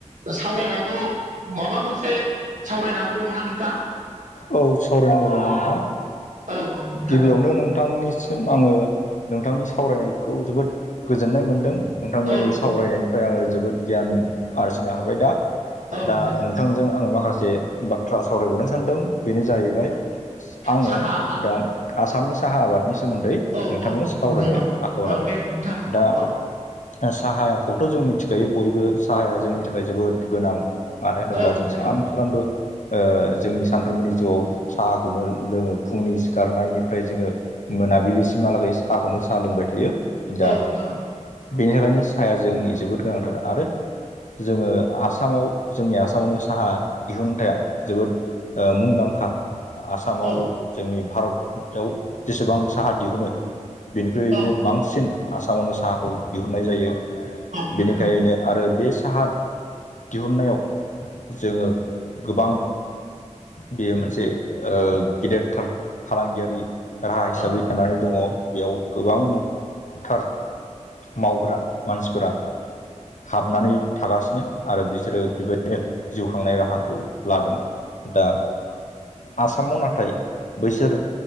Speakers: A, on the right (about 75°); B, on the left (about 75°).
A: सावरायनांगौ माबा मोनसे सावरायनांगौ दङना नोंथा
B: औ सौरेन बर' नोंथां
A: औ औ नोंथां
B: गिबियावनो
A: औ
B: नोंथांनि सिम आङो नोंथांनि सावरायनायखौ जोबोद गोजोननाय मोनदों नोंथांनि
A: औ नोंथां
B: सावरायनायनि
A: औ
B: फ्राय आङो जोबोद गियान आरजिनो हाबाय दा
A: औ
B: दा
A: नोंथां औ
B: नोंथांजों आङो माखासे बाथ्रा सावरायबावनो सानदों बेनो जाहैबाय आङो
A: साहा आबाद
B: आसामनि साहा आबादनि सोमोन्दै
A: औ
B: नोंथांनो
A: औ औ नोंथां
B: सावरायनो
A: औ
B: आखायाव
A: औ
B: लाबाय
A: दे नोंथां औ
B: दा
A: औ
B: साहायाखौथ' जों मिथिखायो बयबो साहाया जोंनि थाखाय जोबोद गोनां मानो होनोब्ला
A: औ नोंथां
B: जों सानफ्रोमबो
A: औ
B: जोंनि सानफ्रोमबोनि जिउआव साहाखौनो लोङो फुंनि गारनायनिफ्राय जोङो मोनाबिलिसिमहालागै साहाखौनो साहा लोंबाय थायो। दा
A: औ नोंथां औ
B: बेनि थाखायनो साया जोंनि जोबोद गोनांथार आरो जोङो आसामाव जोंनि आसामावनो साहा दिहुनथाया जोबोद ओ मुंदांखा। आसामाव
A: औ
B: जोंनि भारताव जेसेबां साहा दिहुनो बेनिख्रुयनो
A: औ
B: बांसिन आसामावनो साहाखौ दिहुननाय जायो
A: नोंथां
B: बेनिखायनो
A: औ नोंथां औ
B: आरो बे साहा दिहुननायाव जोङो गोबां बेयो मोनसे गेदेरथार फालांगियारि राहा हिसाबै
A: औ नोंथां औ
B: जानानै दङ बेयाव गोबां थार मावग्रा मानसिफोरा हाबनानै थागासिनो आरो बिसोरो बेबायदिनो जिउ खांनाय राहाखौ लादों दा आसामाव नाथाय बैसोर